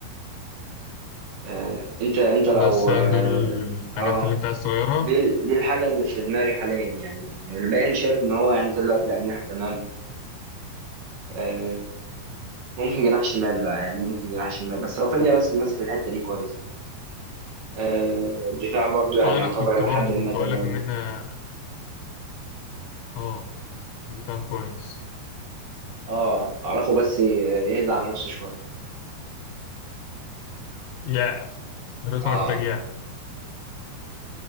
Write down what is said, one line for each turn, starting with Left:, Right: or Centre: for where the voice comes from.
Right: آه انت انت لو
Left: بس يعني
Right: اه
Left: دول الحاجات
Right: آه،
Left: اللي انت عايز تغيرها
Right: دي ال- دي الحاجه اللي في دماغي حاليا يعني الباقي انا شايف ان هو يعني انت دلوقتي الاجنحه تمام آه ممكن جناح شمال بقى يعني ممكن جناح شمال بس رافينيا بس ماسك الحته دي كويس آه، الدفاع برضو يعني
Left: اه انا
Right: يعتبر
Left: كنت
Right: إلى
Left: برضو
Right: حد ما
Left: كنت
Right: تمام
Left: اقول لك ان احنا اه دفاع كويس
Right: اه أعرفه بس ي- يهدى على نفسه شوية
Left: يعرف الفرقة
Right: اه
Left: محتاج يعرف